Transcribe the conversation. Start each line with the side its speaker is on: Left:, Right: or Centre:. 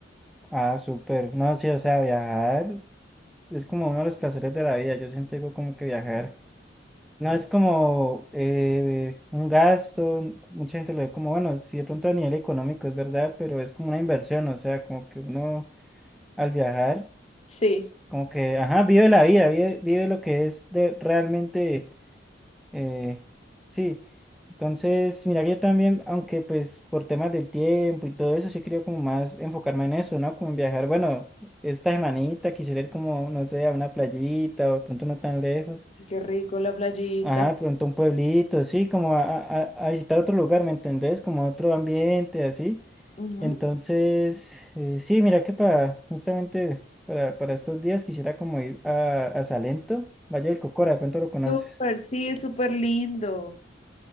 Centre: ah, súper, no, sí, o sea, viajar es como uno de los placeres de la vida, yo siempre digo como que viajar. No es como eh, un gasto, mucha gente lo ve como, bueno, sí de pronto a nivel económico es verdad, pero es como una inversión, o sea, como que uno al viajar,
Left: Sí.
Centre: como que, ajá, vive la vida, vive, vive lo que es de realmente, eh, sí. Entonces, mira, que yo también, aunque pues por temas del tiempo y todo eso, sí creo como más enfocarme en eso, ¿no? Como en viajar, bueno, esta semanita quisiera ir como, no sé, a una playita o de pronto no tan lejos.
Left: Y Qué rico la playita.
Centre: Ajá, de pronto un pueblito, sí, como a, a- a visitar otro lugar, ¿me entendés? Como a otro ambiente, así.
Left: Ujú.
Centre: Entonces, eh, sí, mira que para, justamente para, para estos días quisiera como ir a, a Salento, Valle del Cocora, de pronto lo conoces.
Left: Súper, sí, es súper lindo.